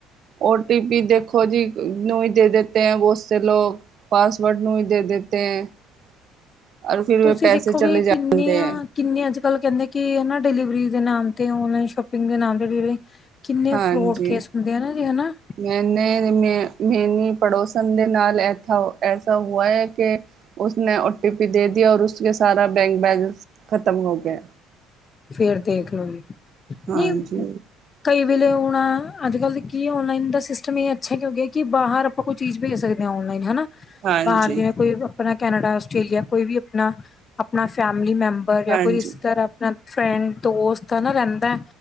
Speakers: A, on the right (about 55°); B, on the left (about 35°).
A: ਓ ਟੀ ਪੀ ਦੇਖੋ ਜੀ ਨੋ ਹੀ ਦੇ ਦੇਤੇ ਹੈ ਬਹੁਤ ਸੇ ਲੋਕ। ਪਾਸਵਰਡ ਨੂੰ ਵੀ ਦੇ ਦਿੱਤੇ ਹੈ ਰ ਫਿਰ
B: ਤੁਸੀਂ
A: ਵੀ ਪੈਸੇ
B: ਦੇਖੋਗੇ
A: ਚਲੇ ਜਾਂਦੇ
B: ਕਿੰਨੀਆਂ
A: ਹੈ।
B: ਕਿੰਨੇ ਅੱਜ ਕੱਲ ਕਹਿੰਦੇ ਕਿ ੳਹ ਨਾ ਡਿਲੀਵਰੀ ਦੇ ਨਾਮ ਤੇ ਔਨਲਾਈਨ ਸ਼ੋਪਿੰਗ ਦੇ ਨਾਮ ਤੇ ਡਲੀਵਰੀ ਕਿੰਨੇ
A: ਹਾਂਜੀ
B: ਫਰੋਡ ਕੇਸ ਹੁੰਦੇ ਹੈ ਨਾ ਜੀ ਹੈ ਨਾ
A: ਮੈਨੇ ਮੇ ਮੇਨੀ ਪੜੋਸਣ ਦੇ ਨਾਲ ਇਥਾ ਐਸਾ ਹੋਆ ਹੈ ਕਿ ਉਸਨੇ ਓ ਟੀ ਪੀ ਦੇ ਦਿਯਾ ਔਰ ਉਸ ਕੇ ਸਾਰਾ ਬੈਂਕ ਬੈਲੇੈਂਸ ਖਤਮ ਹੋ ਗਿਆ।
B: ਫਿਰ ਦੇਖ ਲਓ ਜ
A: ਹਾਂਜੀ
B: ਨਹੀਂ। ਕਈ ਵੇਲੇ ਹੋਣਾ ਅੱਜ ਕੱਲ੍ਹ ਕੀ ਔਨਲਾਈਨ ਦਾ ਸਿਸਟਮ ਇਹ ਅੱਛਾ ਕਿਉ ਹੋ ਗਿਆ ਕਿ ਬਾਹਰ ਆਪਾ ਕੋਈ ਚੀਜ਼ ਭੇਜ ਸਕਦੇ ਆ ਔਨਲਾਈਨ ਹਨਾ।
A: ਹਾਂਜੀ
B: ਬਾਹਰ ਜਿਵੇਂ ਕੋਈ ਆਪਣਾ ਕੈਨੇਡਾ ਆਸਟ੍ਰੇਲੀਆ ਕੋਈ ਵੀ ਆਪਣਾ ਆਪਣਾ ਫੈਮਲੀ ਮੈਂਬਰ ਬਾਹਰ ਗਿਆ
A: ਹਾਂਜੀ
B: ਕੋਈ ਰਿਸ਼ਤੇਦਾਰ ਨਾ ਫਰੈਂਡ ਦੋਸਤ ਹਨ ਨਾ ਰਹਿੰਦਾ